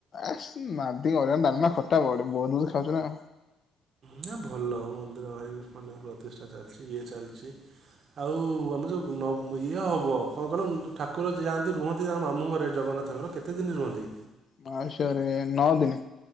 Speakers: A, on the left; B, on the right.
A: ଆ ସି ନାଦି ନାବିନା ଖ <unintelligible> ଖାଉଚି ନା
B: ନା ଭଲ ମନ୍ଦିର ଭାଇ ମାନେ ପ୍ରତିଷ୍ଠା ଚାଲିଚି ଇଏ ଚାଲିଚି ଆଉ ଆମର ଯୋଉଁ ନ ଇଏ ହବ କଣ କହିଲ ଠାକୁର ଯାଆନ୍ତି ରୁହନ୍ତି ତାଙ୍କ ମାମୁଁ ଘରେ ଜଗନ୍ନାଥଙ୍କର କେତେ ଦିନି ରୁହନ୍ତି?
A: ମାଉସୀ ଘରେ ନଅ ଦିନି।